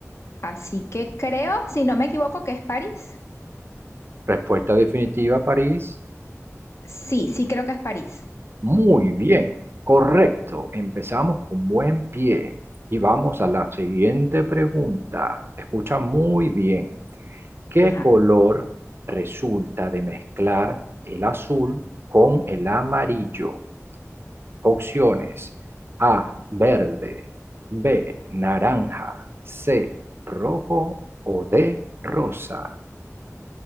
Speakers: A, on the left (about 60°); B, on the right (about 45°).
A: así que creo, si no me equivoco, que es París.
B: Respuesta definitiva, París.
A: Sí, sí creo que es París.
B: Muy bien, correcto. Empezamos con buen pie. Y vamos a la siguiente pregunta. Escucha muy bien. ¿Qué
A: Ajá.
B: color resulta de mezclar el azul con el amarillo? Opciones A, verde, B, naranja, C, rojo o D, rosa.